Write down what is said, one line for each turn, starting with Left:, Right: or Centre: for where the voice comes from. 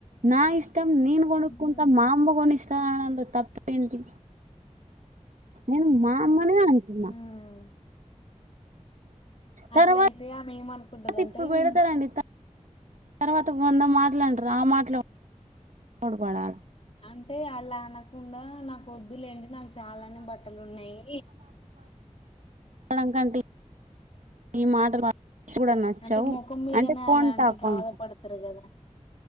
Right: నా ఇష్టం నీను గొనుక్కుంట
Left: ఊహూ
Right: మా అమ్మ గొనిస్ త్ అనడంలొ తప్పేంటి నేను మా అమ్మనే అంటున్నా
Left: హ్మ్
Right: తర్వాత
Left: అట్లయితే ఆమె ఏమనుకుంటదంటే
Right: ఇప్పుడు
Left: అంటే
Right: బెడతరండి తర్వాత తర్వాత వంద మాటలు అంట్రు ఆ మాట్లు ఒవడుబడాల
Left: అంటే అల్లా అనకుండా నాకు ఒద్దులేండి నాకు చాలానే బట్టలు ఉన్నాయి
Right: డం కంట ఈ మాటలు శ్ గుడ నచ్చవ్
Left: అంటే ముఖం మీదనే
Right: అంటే పోని
Left: అలా అంటే
Right: పాపం
Left: బాధపడతారు కదా